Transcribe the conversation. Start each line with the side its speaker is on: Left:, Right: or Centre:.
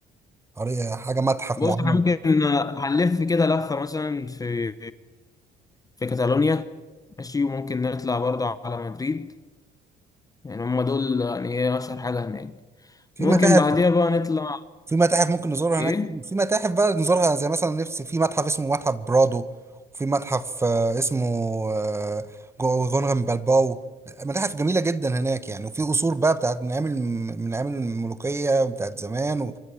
Right: قرية- حاجه متحف
Left: بص
Right: معين
Left: احنا ممكن هنلف كده لفه مثلا في في كاتالونيا ماشي وممكن نطلع برضو على مدريد يعني هم دول يعني ايه اشهر حاجة هناك
Right: في
Left: ممكن
Right: متاحف
Left: بعديها بقى نطلع
Right: في متاحف ممكن نزورها
Left: ايه
Right: هناك في متاحف بقى نزورها زي مثلا نفسي في متحف اسمه متحف برادو وفي متحف آه، اسمه آه، جو- غونغن بالباو متاحف جميلة جدا هناك يعني وفي قصور بقى بتاعت من أيام الم- من أيام الملوكية بتاعت زمان و...